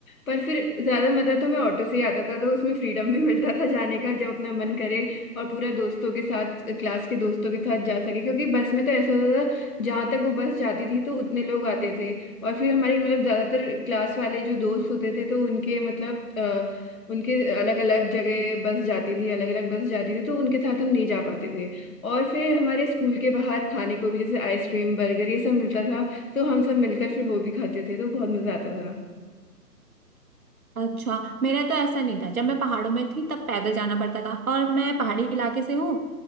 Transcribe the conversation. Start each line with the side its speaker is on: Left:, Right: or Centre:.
Left: पर फिर ज़्यादा मज़ा तो हमें ऑटो से ही आता था तो उसमें फ्रीडम भी <laughs> मिलता था जाने का जब अपना मन करे और पूरा दोस्तों के साथ क्लास के दोस्तों के साथ जा सके क्योंकि बस में तो ऐसा होता था जहाँ तक वो बस जाती थी तो उतने लोग आते थे और फिर हमारी मतलब ज़्यादातर क्लास वाले जो दोस्त होते थे तो उनके मतलब उनके अलग अलग जगह बस जाती थी अलग अलग बस जाती थी तो उनके साथ हम नहीं जा पाते थे और फिर हमारे स्कूल के बाहर खाने को भी जैसे आइसक्रीम बर्गर ये सब मिलता था तो हम सब मिलकर फिर वो भी खाते थे तो बहुत मजा आता था
Right: अच्छा मेरा तो ऐसा नहीं था जब मैं पहाड़ों में थी तब पैदल जाना पड़ता था और मैं पहाड़ी इलाके से हूँ